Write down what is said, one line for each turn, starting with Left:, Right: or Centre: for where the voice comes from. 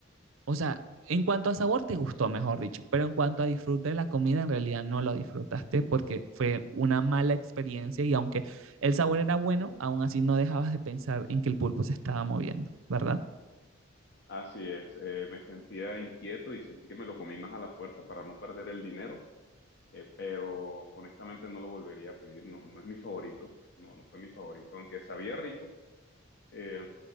Right: o sea, en cuanto a sabor te gustó, mejor dicho, pero en cuanto a disfrute de la comida, en realidad no lo disfrutaste porque fue una mala experiencia y aunque el sabor era bueno, aún así no dejabas de pensar en que el pulpo se estaba moviendo, ¿verdad?
Left: Así es, eh, me sentía inquieto y sentí que me lo comí más a la fuerza para no perder el dinero, eh, pero honestamente no lo volvería a pedir, no, no es mi favorito, no, no fue mi favorito, aunque sabía rico, eh,